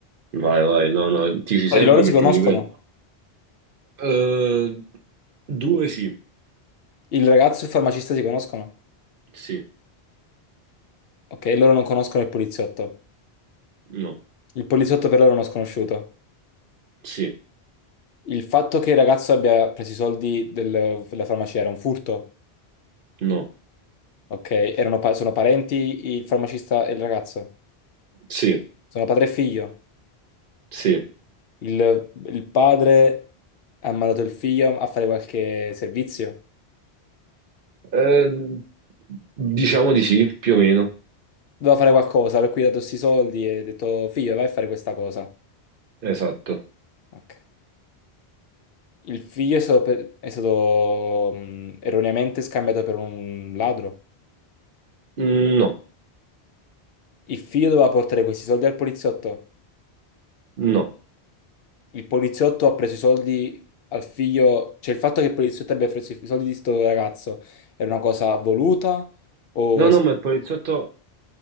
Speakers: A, on the right; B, on the left.
A: Vai, vai, no, no, ti ci
B: Fra
A: serve
B: di loro si
A: perché
B: conoscono.
A: ti ripeto. Eh, due sì,
B: Il ragazzo e il farmacista si conoscono.
A: sì,
B: Ok, loro non conoscono il poliziotto.
A: no,
B: Il poliziotto per loro è uno sconosciuto.
A: sì,
B: Il fatto che il ragazzo abbia preso i soldi del- della farmacia era un furto.
A: no,
B: Ok, erano pa- sono parenti il farmacista e il ragazzo.
A: sì,
B: Sono padre e figlio.
A: sì.
B: Il, il padre ha mandato il figlio a fare qualche servizio.
A: Eh, diciamo di sì, più o meno.
B: Dovevo fare qualcosa, per cui gli ho dato questi soldi e ho detto, figlio, vai a fare questa cosa.
A: Esatto.
B: Ok. Il figlio è stato, per- è stato, mh, erroneamente scambiato per un ladro.
A: Mm, No,
B: Il figlio doveva portare questi soldi al poliziotto.
A: no.
B: Il poliziotto ha preso i soldi al figlio. Cioè, il fatto che il poliziotto abbia preso i soldi di sto ragazzo era una cosa voluta o
A: No,
B: es-
A: no, ma il poliziotto,